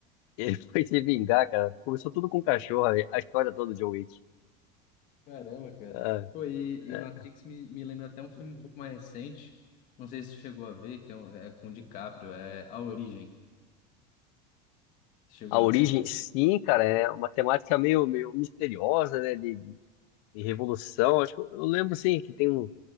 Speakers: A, on the left; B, on the left.
A: Ele foi se vingar, cara. Começou tudo com o cachorro, a a história toda do John Wick.
B: caramba, cara.
A: Ah,
B: Pô, e, e
A: é.
B: Matrix me, me lembra até um filme um pouco mais recente, não sei se você chegou a ver, que é, um- é com o DiCaprio, é A Origem. Você chegou
A: a
B: a
A: origem,
B: ver?
A: sim, cara, é uma temática meio, meio misteriosa, né? De, de- de revolução. Acho que eu eu lembro, sim, que tem um.